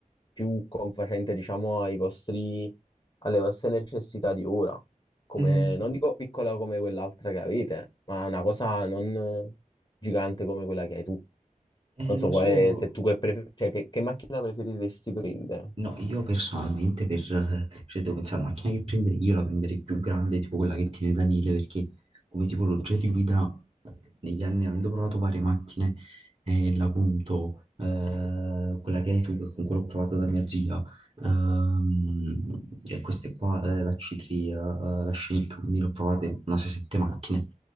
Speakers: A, on the left; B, on the right.
A: più confacente, diciamo, ai vostri, alle vostre necessità di ora come,
B: eh,
A: non dico piccola come quell'altra che avete, ma una cosa non gigante come quella che hai tu.
B: eh,
A: Non so
B: lo
A: quale,
B: so,
A: se tu che, pref- cioè, che, che macchina preferiresti prendere.
B: No, io personalmente per, cioè devo pensare alla macchina che prenderei, io la prenderei più grande, tipo quella che tiene Daniele, perché come tipologia di guida negli anni, avendo provato varie macchine, è la Punto, eh, quella che hai tu, che con quella ho provato da mia zia, ehm, e queste qua, eh, la C3, eh, la Scenic, quindi l'ho provate una 6-7 macchine,